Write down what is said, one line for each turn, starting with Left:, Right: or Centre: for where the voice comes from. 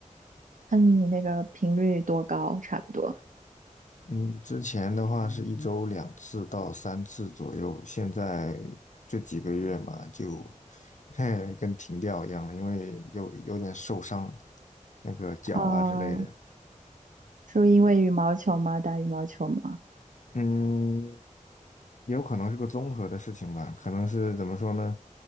Right: 那你那个频率多高，差不多。
Left: 嗯，之前的话是一周两次到三次左右，现在这几个月嘛，就 <laughs> 嘿，跟停掉一样了，因为有有点受伤，那个脚啊之类的。
Right: 哦，是因为羽毛球吗？打羽毛球吗？
Left: 嗯，也有可能是个综合的事情吧，可能是怎么说呢？